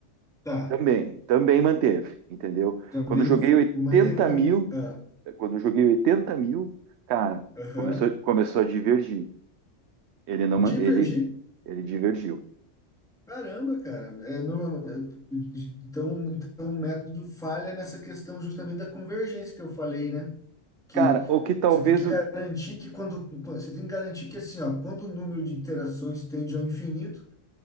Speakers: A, in the centre; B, on the right.
A: tá.
B: também, também manteve, entendeu?
A: Também
B: Quando eu joguei oitenta
A: manteve
B: mil,
A: a. ah,
B: quando eu joguei oitenta mil, cara,
A: Aham.
B: começou, começou a divergir. Ele não, man-
A: Divergir?
B: ele, ele divergiu.
A: Caramba, cara. É, normal- então, então, o método falha nessa questão justamente da convergência que eu falei, né? que
B: Cara, o que talvez
A: você tem que garantir que quando você tem que garantir que assim, ó, quando o número de iterações tende ao infinito,